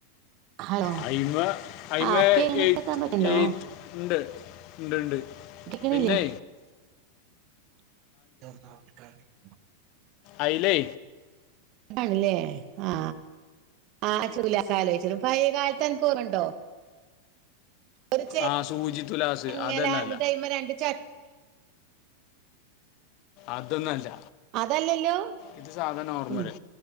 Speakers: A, on the right; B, on the left.
A: ഹലോ
B: ഹൈമേ ഹൈമേ
A: ആഹ് കേക്കാൻ
B: എയ്ത്ത്
A: പറ്റണ്ടോ
B: എയ്ത്ത് ഇണ്ട് ഇണ്ട്
A: കേക്കണില്ലേ
B: പിന്നെ
A: <unintelligible>
B: അയ്ല്ലേ
A: ണ് ല്ലേ ആ ആ ചൂല കാലോച്ച്നേ പയെ കാലത്ത് അൻക് ഓർമണ്ടോ ഒരു ചെ
B: ആ സൂചി തുലാസ്
A: ങ്ങല
B: അതെന്നല്ല
A: ഇങ്ങട്ട് ഐമേ രണ്ട് ച
B: അതൊന്നല്ല
A: അതല്ലല്ലോ
B: ഇത് സാധാ നോർമല്
A: ഉം